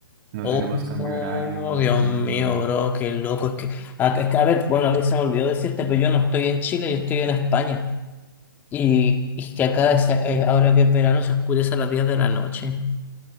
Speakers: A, on the right (about 30°); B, on the left (about 15°).
A: No
B: Oh,
A: tenemos cambio de horario, no
B: Dios
A: tenemos
B: mío,
A: nada.
B: bro, qué loco. Es que, a, es que, a ver, bueno, a mí se me olvidó decirte, pero yo no estoy en Chile, yo estoy en España. Y, y que acá, es- eh, ahora que es verano, se oscurece a las 10 de la noche.